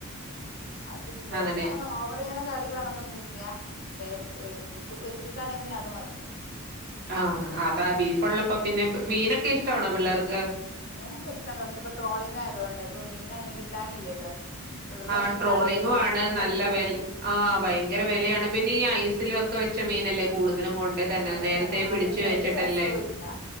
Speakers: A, on the left; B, on the right.
A: അതിമ്പരത്തഅനെ
B: അങ്ങനെ
A: ഓവർങ്ങനെ കറി വേണന്നില്ല ഇല്ല പക്ഷെ ബീഫ് പൊരിച്ചിക്കാണെ പിന്നെ അത് മതി
B: ആഹ് അതാ ബീഫ് ഉള്ളപ്പോ പിന്നെ മീനൊക്കെ ഇഷ്ടണോ പിള്ളേർക്ക്
A: മീനൊക്കെ ഇഷ്ടണ് പക്ഷെ പ്പൊ ട്രോളിംഗ് ആയതുകൊണ്ട് ഇപ്പ മീൻ അങ്ങനെ കിട്ടാനില്ലല്ലോ ഉള്ള
B: ആഹ്
A: മീനാണെങ്കിൽ
B: ട്രോളിങ്ങു ആണ്
A: വിലയാണ്
B: നല്ല വേല ആഹ് ഭയങ്കര വെലയാണ് പിന്നെ ഈ ഐസില ഒക്കെ വെച്ച മീനല്ലേ കൂടുതലും കൊണ്ട് ത ന്നെ
A: അതന്നെ
B: നേരത്തെ പിടിച്ചു
A: അതന്നെ
B: വെച്ചിട്ടല്ലേ
A: ഒരു രസവും ഇല്ല